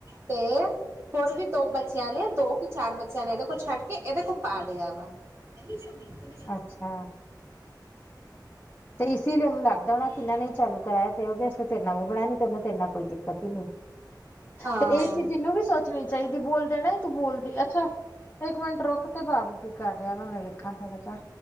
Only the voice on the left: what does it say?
ਅੱਛਾ! ਤੇ ਇਸ ਲਈ ਓਨੂੰ ਲੱਗਦਾ ਹੋਣਾ ਕਿ ਏਨਾ ਨੇ ਚਾਲੂ ਕਰਾਇਆ ਤੇ ਕਿਉੰਕਿ ਅਸੀਂ ਤੇ ਨਵਾਂ ਬਣਾਇਆ ਨੀ ਤੇ ਓਨੂੰ ਤੇਰੇ ਨਾ ਕੋਈ ਦਿੱਕਤ ਈ ਨੀ।
ਤੇ ਇਹ ਚੀਜ਼ ਏਨੂੰ ਵੀ ਸੋਚਣੀ ਚਾਹੀਦੀ, ਬੋਲ ਦੇਣਾ ਤੂੰ ਬੋਲ ਦੇ ਅੱਛਾ। ਇੱਕ ਮਿੰਟ ਰੁਕ ਤੇ ਬਾਬੂ ਕੀ ਕਰ ਰਿਹਾ ਵਾ ਮੈਂ ਵੇਖਾਂ ਥੋੜ੍ਹਾ ਜਾ।